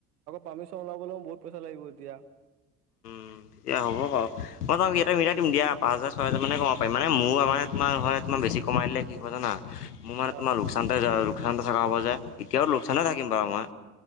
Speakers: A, on the right; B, on the left.
A: পাৰ্মিশন ওলাবলৈও বহুত পইচা লাগিব এতিয়া
B: উম তেতিয়া হ'ব বাও মই তোক ইয়াতে মিলাই দিম দিয়া পাঁচ হাজাৰ ছয় হাজাৰ মানে কমাব পাৰি মানে মোৰ মানে তোমাৰ হয় তোমাৰ বেছি কমাই দিলে কি হয় জানা মোৰ মানে
A: হা
B: তোমাৰ লোকচানতে যায় আৰু। লোকচান থকা হ'ব যে এতিয়াও লোকচানে থাকিম বাৰু মই